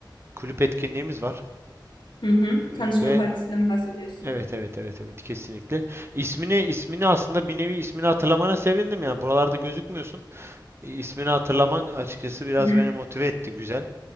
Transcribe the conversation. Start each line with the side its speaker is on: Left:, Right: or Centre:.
Right: kulüp etkinliğimiz var
Left: Hı hı.
Right: E,
Left: Tanışma
Right: ve
Left: partisinden bahsediyorsun.
Right: Evet evet evet evet kesinlikle. İsmini ismini aslında bir nevi ismini hatırlamana sevindim ya. Buralarda gözükmüyorsun. E, ismini hatırlaman açıkçası biraz
Left: <laughs>
Right: beni motive etti güzel.